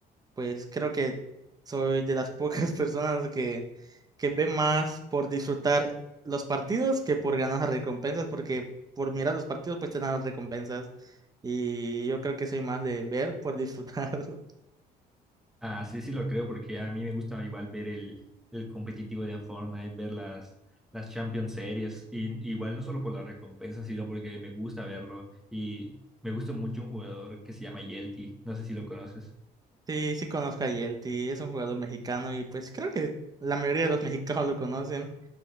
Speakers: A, on the right (about 20°); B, in the centre.
A: Pues creo que soy de las pocas <laughs> personas que, que ve más por disfrutar los partidos que por ganar las recompensas, porque por mirar los partidos pues te dan las recompensas. Y yo creo que soy más de ver por disfrutar. <laughs>
B: Ah, sí, sí lo creo, porque a mí me gusta igual ver el, el competitivo de Fortnite, ver las, las Champions Series, y igual no solo por las recompensas, sino porque me gusta verlo, y me gusta mucho un jugador que se llama Yelty, no sé si lo conoces.
A: Sí, sí conozco a Yelty, es un jugador mexicano y pues creo que la mayoría de los <laughs> mexicanos lo conocen.